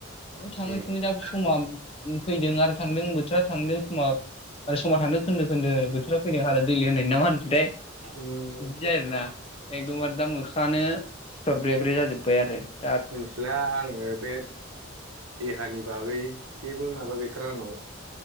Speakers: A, on the left; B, on the right.
A: ओमफ्राय थाङै
B: उम
A: थुङै दा समा फैदों आरो थांदों बोथोरा थांदोंमोन समा आरो समा थांदों खोन्दो खोनदो बोथोरा फैदों हालो दैलो होननाय ना मा होनोथाय
B: उम
A: बिदि जायो आरोना एखदमबारे दा मोखाङानो सिथर ब्रे -ब्रे जाजोबबाय हाय आरो
B: मिथिला आङो बे देहानि बागै जेबो माबा गैथारा आंनाव